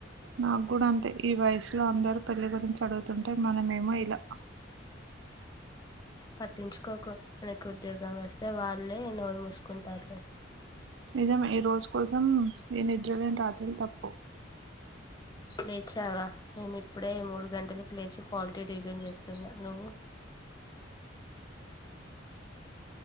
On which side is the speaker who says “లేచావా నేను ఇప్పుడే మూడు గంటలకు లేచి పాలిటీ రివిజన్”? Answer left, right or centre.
Left